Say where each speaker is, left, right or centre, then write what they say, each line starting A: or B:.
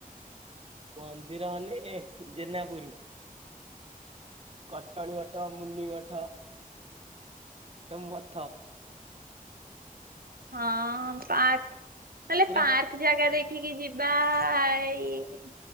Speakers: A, on the right; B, on the right.
A: ମନ୍ଦିର ହଲେ ଏ ଜେନାପୁରୁ। କଟଣି ମଠ ମୁନି ମଠ ନମଠ।
B: ହଁ ପାର୍ ନହେଲେ
A: ପୁରା
B: ପାର ର୍କ ଜାଗା ଦେଖିକି ଯିବା ଏଇ